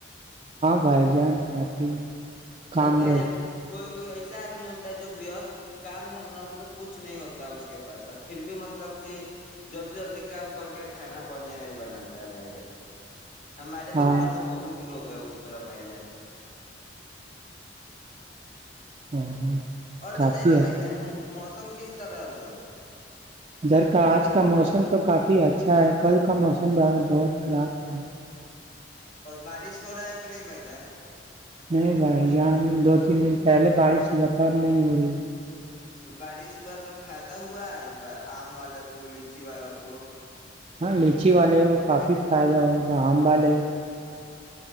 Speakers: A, on the right (about 30°); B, on the left (about 45°).
A: بھائی جان ہاں اج کے کام
B: او بھائی
A: رہے
B: جان کوئی کوئی ایسا ادمی ہوتا ہے جو کام میں تو کچھ نہیں ہوتا اس کے پاس پھر بھی مطلب کہ جلدی جلدی کام کر کے کھانا بولی نہیں بناتا ہے بھائی جان ہمارے بھی
A: ہاں
B: گھر میں بہت لوگ ہیں اس کہ بھائی جان <inaudible>
A: <inaudible>
B: اور
A: کافی
B: بتائیں نا
A: ہے
B: بھائی جان موسم کس طرح ہے ادھر کا
A: گھر کا اج کا موسم تو کافی اچھا ہے کل کا موسم میں بہت خراب تھا
B: اور بارش ہو رہا ہے کہ نہیں بھائی جان
A: نہیں بھائی جان دو تین دن پہلے بارش ہوا تھا اب نہیں ہو رہی
B: بارش ہوا تو فائدہ ہوا اس بار ام والے کو لیچی والوں کو
A: نیچے والے کافی فائدہ ہوگا ام والے